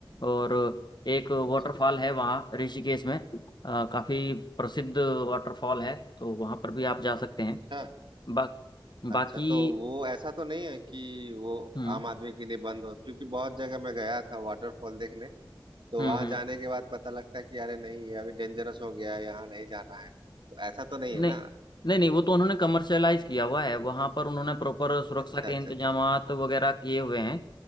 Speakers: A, on the left; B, on the right.
A: और एक वाटरफॉल
B: अच्छा अच्छा
A: है वहाँ ऋषिकेश में अ, काफ़ी प्रसिद्ध वाटरफॉल है तो वहाँ पर भी आप जा सकते हैं
B: अच्छा
A: बा, बाकी
B: अच्छा तो वो ऐसा तो नहीं है कि वो
A: हम्म
B: आम आदमी के लिए बंद हो क्योंकि बहुत जगह मैं गया था वाटरफॉल देखने तो
A: हम्म
B: वहां
A: हम्म
B: जाने के बाद पता लगता है कि अरे नहीं ये अभी डेंजरस हो गया है यहाँ नहीं जाना है तो ऐसा तो नहीं
A: नहीं
B: है ना
A: नहीं नहीं वो तो उन्होंने कमर्शलाइज किया हुआ है वहाँ पर उन्होंने प्रॉपर सुरक्षा
B: अच्छा
A: के
B: अच्छा
A: इंतजामात
B: अच्छा
A: वगैरह किए हुए हैं